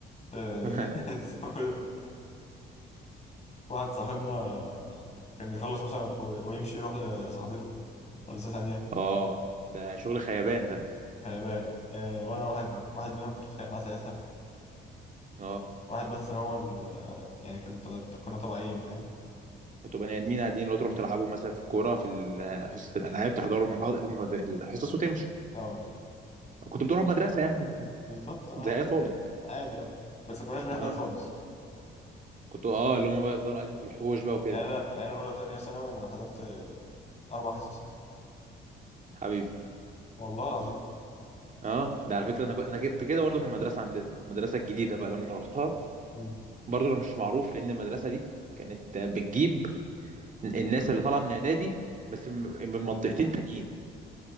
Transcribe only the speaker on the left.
آه،
<laughs> اسمه إيه ده واحد صاحبنا كان بيخلص مثلا و- ويمشي يروح لصاحبته ولسه ثانية
خيبان آه، وانا واحد
واحد منهم كنت بتخانق معاه ساعتها
واحد بس هو ال يعني كنت كنا طبيعيين فاهم
اه
بالظبط انا
عادي
عادي اه بس ما كناش بنحضر
خالص
يعني انا يعني انا اولى وثانيه ثانوي انا حضرت اربع حصص مثلاً.
والله العظيم
امم